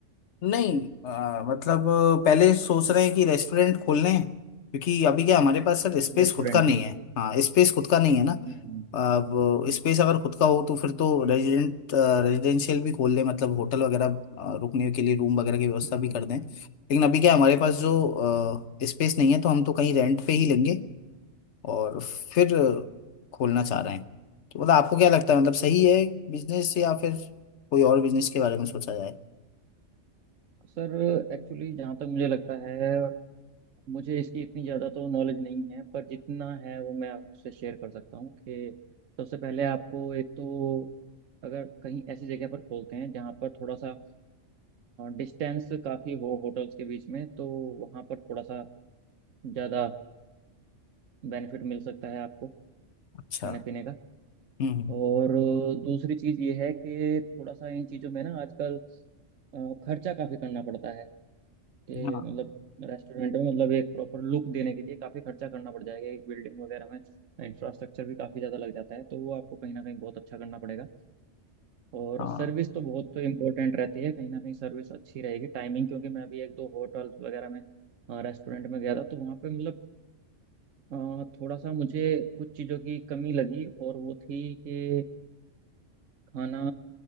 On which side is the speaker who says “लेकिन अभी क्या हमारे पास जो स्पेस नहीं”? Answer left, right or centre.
Left